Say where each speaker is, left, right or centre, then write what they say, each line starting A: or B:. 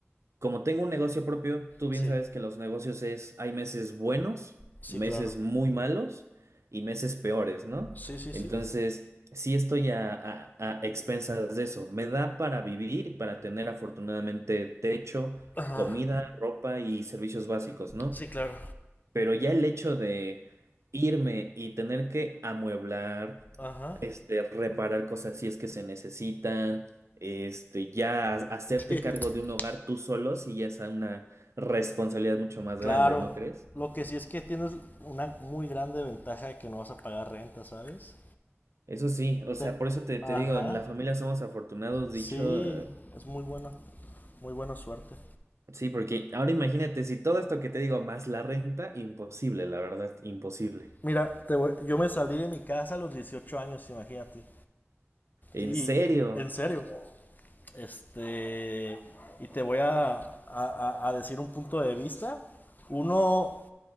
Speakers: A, on the right (about 75°); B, on the left (about 35°).
A: Como tengo un negocio propio, tú bien
B: Sí.
A: sabes que los negocios es, hay meses buenos,
B: Sí,
A: meses
B: claro.
A: muy malos y meses peores, ¿no?
B: Sí, sí,
A: Entonces,
B: sí.
A: sí estoy a, a- a expensas de eso. Me da para vivir y para tener afortunadamente techo,
B: Ajá.
A: comida, ropa y servicios básicos, ¿no?
B: Sí, claro.
A: Pero ya el hecho de irme y tener que amueblar,
B: Ajá.
A: este, reparar cosas si es que se necesitan, este, ya ha- hacerte
B: <laughs>
A: cargo de un hogar tú solo, si ya es una responsabilidad mucho más
B: claro.
A: grande, ¿no crees?
B: Lo que sí es que tienes una muy grande ventaja de que no vas a pagar renta, ¿sabes?
A: Eso sí, o sea,
B: Te-
A: por eso te,
B: Ajá.
A: te digo, en la familia somos afortunados,
B: Sí,
A: dicho, eh,
B: es muy bueno. Muy buena suerte.
A: sí, porque ahora imagínate, si todo esto que te digo más la renta, imposible, la verdad, imposible.
B: Mira, te voy- yo me salí de mi casa a los 18 años, imagínate.
A: ¿En
B: Y
A: serio?
B: en serio, este, y te voy a, a- a- a decir un punto de vista. Uno